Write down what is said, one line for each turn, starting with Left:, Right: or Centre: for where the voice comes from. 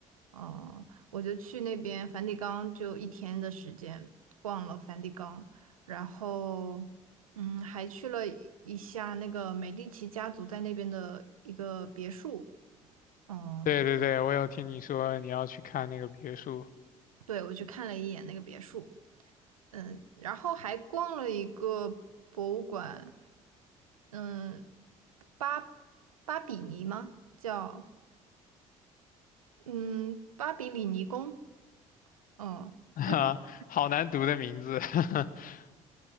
Right: 嗯，我就去那边梵蒂冈，就一天的时间逛了梵蒂冈，然后嗯，还去了一下那个美第奇家族在那边的一个别墅。嗯，
Left: 对对对，我有听你说你要去看那个别墅，
Right: 对，我去看了一眼那个别墅，嗯，然后还逛了一个博物馆，嗯，巴巴比尼吗？叫。嗯，巴比里尼宫，嗯，
Left: <laughs> 啊，
Right: 就是
Left: 好难读的名字。<laughs>